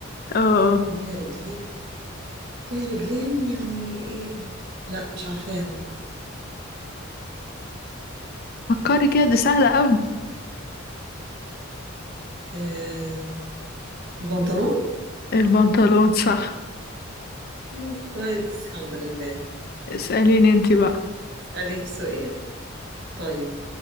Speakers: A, on the left; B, on the right.
A: اه اه.
B: ليها رجلين ليها رجلين يعني ايه لا مش عارفاها
A: فكري كده دي سهلة اوي
B: آه البنطلون
A: البنطلون صح
B: آه كويس الحمد لله
A: اسأليني انتي بقى
B: اسألك سؤال طيب